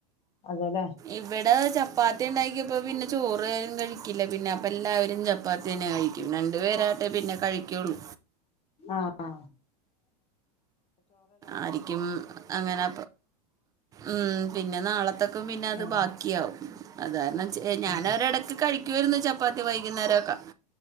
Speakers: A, on the left; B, on the right.
A: അതെല്ലേ
B: ഇവിടെ ചപ്പാത്തി ഉണ്ടാക്കിയപ്പോ പിന്നെ ചോറാരും കഴിക്കില്ല പിന്നെ അപ്പ എല്ലാവരും ച പ്പാത്തി തന്നെ കഴിക്കൂ രണ്ടു പേരായിട്ടെ പിന്നെ കഴിക്കൂള്ളൂ
A: ആഹ്
B: ആരിക്കും അങ്ങനെ ഉം പിന്നെ നാളത്തേക്കും പിന്നത്
A: ആ
B: ബാക്കിയാവും അതാരണം ഞാനൊരെടക്ക്
A: ആ
B: കഴിക്കുവായിരുന്നു ചപ്പാത്തി വൈകുന്നേരൊക്കെ